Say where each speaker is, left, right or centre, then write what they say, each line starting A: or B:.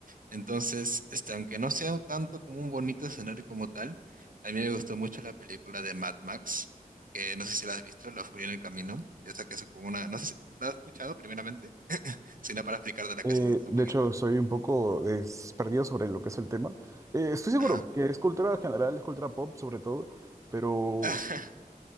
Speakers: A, on the right; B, on the right.
A: Entonces, este, aunque no sea tanto como un bonito escenario como tal, a mí me gustó mucho la película de Mad Max, que no sé si la has visto, La Furia en el Camino. Esa que es como una, no sé si la has escuchado primeramente, sino para explicártela casi
B: Eh,
A: un
B: de
A: poquito.
B: hecho, soy un poco des- perdido sobre lo que es el tema. Eh, estoy seguro
A: Ajá.
B: que es cultura general, es cultura pop sobre todo, pero
A: <laughs>